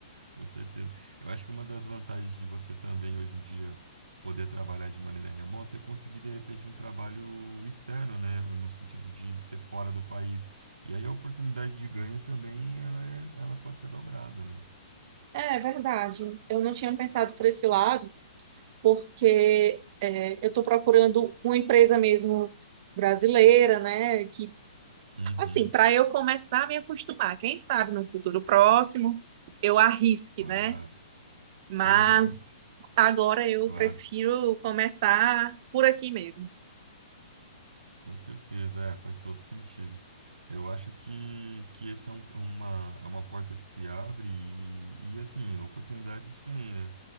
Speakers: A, on the right; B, on the right.
A: com certeza. Eu acho que uma das vantagens de você também hoje em dia poder trabalhar de maneira remota é conseguir de repente um trabalho externo, né? No sentido de ser fora do país. E aí a oportunidade de ganho também ela é, ela pode ser dobrada, né?
B: É, é verdade. Eu não tinha pensado por esse lado, porque é, eu estou procurando uma empresa mesmo brasileira, né? Que,
A: Uhum,
B: assim, para eu começar a me acostumar, quem sabe no futuro próximo eu arrisque,
A: claro.
B: né? Mas
A: Aham,
B: Agora eu
A: claro.
B: prefiro começar por aqui mesmo.
A: Com certeza, é, faz todo sentido. Eu acho que, que esse é um- uma, é uma porta que se abre e, e, assim, oportunidades vêm, né?